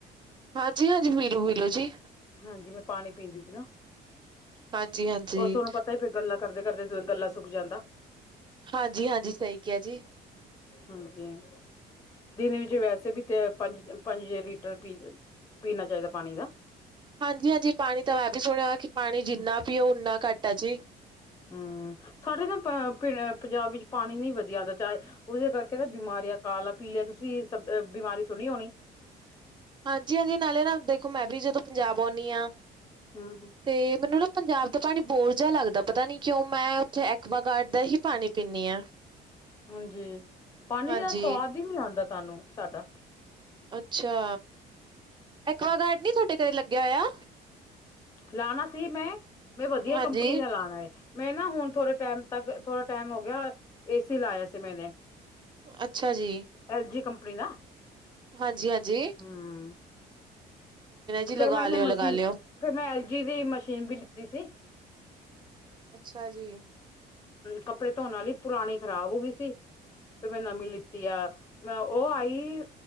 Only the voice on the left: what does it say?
ਹਾਂਜੀ, ਮੈਂ ਪਾਣੀ ਪੀਂਦੀ ਸੀ ਨਾ
ਔਰ ਤੁਹਾਨੂੰ ਪਤਾ ਗੱਲਾਂ ਕਰਦੇ ਕਰਦੇ ਜਿਵੇਂ ਗਲਾਂ ਸੁੱਕ ਜਾਂਦਾ।
ਹਾਂਜੀ। ਦਿਨ ਵਿੱਚ ਵੈਸੇ ਵੀ ਤੇ ਪੰਜ ਪੰਜ ਲੀਟਰ ਪੀ ਪੀਣਾ ਚਾਹੀਦਾ ਪਾਣੀ ਦਾ।
ਹੂੰ, ਸਾਡੇ ਨਾ ਪੰਜਾਬ ਵਿੱਚ ਪਾਣੀ ਨੀ ਵਧੀਆ ਹੁੰਦਾ ਚਾਹੇ। ਉਸਦੇ ਕਰਕੇ ਤਾਂ ਬਿਮਾਰੀਆਂ ਕਾਲਾ ਪੀ ਲਿਆ ਤੁਸੀਂ ਸਹ ਬਿਮਾਰੀ ਸੁਣੀ ਹੋਣੀ।
ਹੂੰ,
ਹਾਂਜੀ, ਪਾਣੀ
ਦਾ ਸਵਾਦ ਈਏ ਨੀ ਆਂਦਾ ਸਾਨੂੰ ਸਾਡਾ।
ਲਾਣਾ ਸੀ ਮੈਂ ਮੈਂ ਵਧੀਆ
ਕੰਪਨੀ ਦਾ ਲਾਣਾ ਏ। ਮੈਂ ਨਾ ਹੁਣ ਥੋੜੇ ਟੈਮ ਤੱਕ ਥੋੜਾ ਟੈਮ ਹੋ ਗਿਆ ਏ ਸੀ ਲਾਇਆ ਸੀ ਮੈਨੇ।
ਐਲਜੀ ਕੰਪਨੀ ਦਾ।
ਹੂੰ,
ਫੇਰ ਮੈਂਨੇ
ਮਸ਼ੀਨ
ਫੇਰ ਮੈਂ ਐਲ ਜੀ ਦੀ ਮਸ਼ੀਨ ਵੀ ਲਿੱਤੀ ਸੀ।
ਕੱਪੜੇ ਧੋਣ ਵਾਲੀ ਪੁਰਾਣੀ ਖਰਾਬ ਹੋਗੀ ਸੀ। ਤੇ ਮੈਂ ਨਵੀਂ ਲਿੱਤੀ ਆ ਮੈਂ ਓ ਆਈ